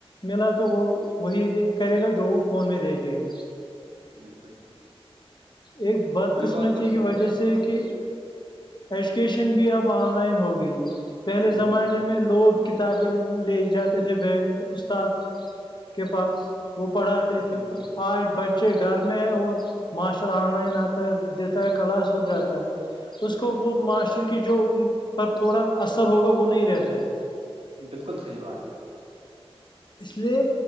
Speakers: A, on the left; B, on the right.
A: ملا تو وہ وہی کرے گا جو وہ فون میں دیکھے گا
B: بالکل <unintelligible>
A: ایک بد
B: یہ
A: قسمتی
B: بات تو
A: کی
B: صحیح
A: وجہ
B: ہے یہ
A: سے
B: بات تو
A: کہ
B: صحیح ہے
A: ایجوکیشن بھی اب آن لائن ہو گئی پہلے زمانے
B: بالکل
A: میں لوگ کتابیں لے جاتے تھے بیگ میں استاد کے پاس وہ پڑھاتے تھے
B: بالکل
A: آج بچے بچے گھر میں ہے اور ماسٹر آن لائن آتا ہے دیتا ہے کلاس ہو جاتا ہے اس کو وہ ماسٹر کی جو ان پر تھوڑا اثر ہوگا وہ نہیں رہتا ہے
B: بالکل صحیح بات
A: اس لیے